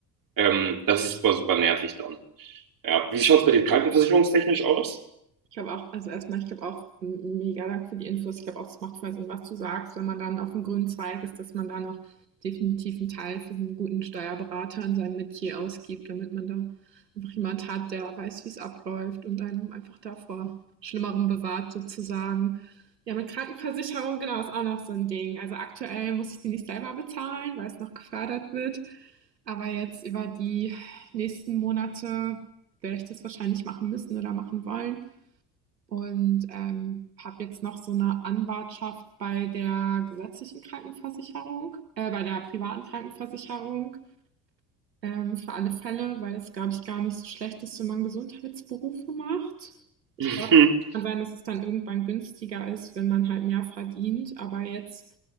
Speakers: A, on the right; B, on the right.
A: Ähm, das ist super, super nervig dann. Ja. Wie schaut es bei dir krankenversicherungstechnisch aus?
B: Ich glaube auch, also erstmal, ich glaube auch, m- mega Dank für die Infos. Ich glaube auch, es macht voll Sinn, was du sagst, wenn man dann auf dem grünen Zweig ist, dass man da noch definitiv einen Teil für einen guten Steuerberater in seinem Metier ausgibt, damit man da einfach jemand hat, der weiß, wie es abläuft und einem einfach davor Schlimmerem bewahrt sozusagen. Ja, mit Krankenversicherung, genau, ist auch noch so ein Ding. Also aktuell muss ich die nicht selber bezahlen, weil es noch gefördert wird. Aber jetzt über die nächsten Monate werde ich das wahrscheinlich machen müssen oder machen wollen. Und, ähm, habe jetzt noch so eine Anwartschaft bei der gesetzlichen Krankenversicherung äh, bei der privaten Krankenversicherung, ähm, für alle Fälle, weil es, glaube ich, gar nicht so schlecht ist, wenn man Gesundheitsberufe macht. Ich
A: <laughs>
B: glaube, kann sein, dass es dann irgendwann günstiger ist, wenn man halt mehr verdient, aber jetzt